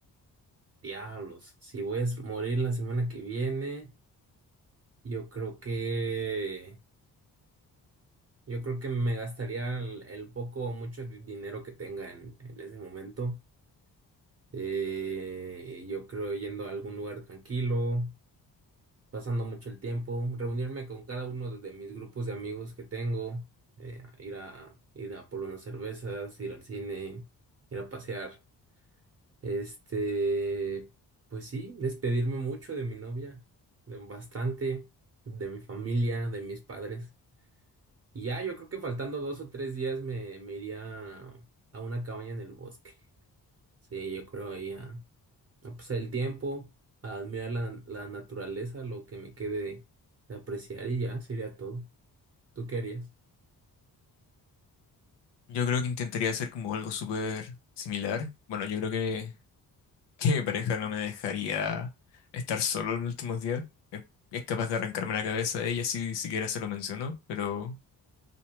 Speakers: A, on the right (about 35°); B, on the left (about 85°).
A: Diablos, si voy a s- morir la semana que viene, yo creo que, yo creo que me gastaría el, el poco o mucho di- dinero que tenga en, en ese momento. Eh, yo creo yendo a algún lugar tranquilo, pasando mucho el tiempo, reunirme con cada uno de, de mis grupos de amigos que tengo, eh, ir a, ir a por unas cervezas, ir al cine, ir a pasear. Este, pues sí, despedirme mucho de mi novia, de bastante, de mi familia, de mis padres. Y ya, yo creo que faltando dos o tres días me, me iría a una cabaña en el bosque. Sí, yo creo ahí a, a pasar el tiempo, a admirar la, la naturaleza, lo que me quede de, de apreciar y ya, sería todo. ¿Tú qué harías?
B: Yo creo que intentaría hacer como algo súper similar. Bueno, yo creo que, <laughs> que mi pareja no me dejaría estar solo en los últimos días. Es, es capaz de arrancarme la cabeza a ella si siquiera se lo mencionó, pero,